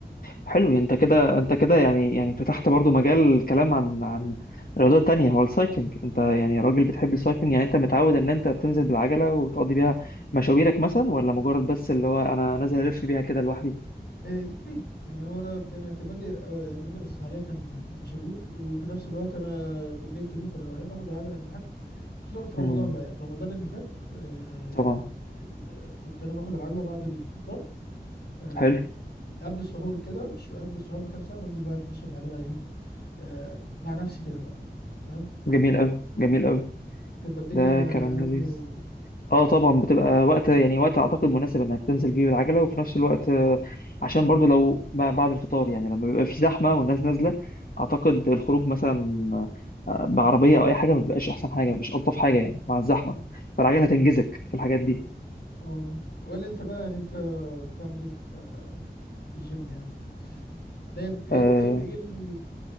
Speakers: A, on the left (about 55°); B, on the left (about 75°).
A: حلو انت كده انت كده يعني يعني فتحت برضو مجال كلام عن عن رياضات تانية هو السايكلينج انت يعني راجل بتحب السايكلينج يعني انت متعود ان انت بتنزل بالعجلة وتقضي بيها مشاويرك مثلا ولا مجرد بس اللي هو انا نازل الف بيها كده لوحدي
B: آه، الاثنين يعني هو انا كان اعتمادي آه، اعتمادي الاساسي عليها كان في المشاوير وفي نفس الوقت انا بالليل كده في الروقان اخد العجله اعمل حاجه خصوصا في رمضان
A: امم
B: بقى يعني رمضان اللي فات آه،
A: طبعا
B: ال- كنت انا باخد العجله بعد الفطار آه،
A: حلو
B: قبل السحور كده بش قبل السحور بكام ساعه بنزل بقى اتمشى بالعجله ايه آه، مع نفسي كده بقى فاهم
A: جميل قوي جميل قوي
B: تبقى الدنيا
A: ده كلام
B: هاديه
A: لذيذ
B: و
A: اه طبعا بتبقى وقت يعني وقت اعتقد مناسب انك تنزل فيه بالعجله وفي نفس الوقت آه، عشان برضو لو ما بعد الفطار يعني لما بيبقى في زحمه والناس نازله اعتقد الخروج مثلا آه، بعربيه او اي حاجه ما بيبقاش احسن حاجه مش الطف حاجه يعني مع الزحمه فالعجله هتنجزك في الحاجات دي
B: اه قول لي انت بقى يعني انت بتعمل ايه في آه، في الجيم يعني حاليا ايه
A: آه،
B: ال ايه ال ايه ال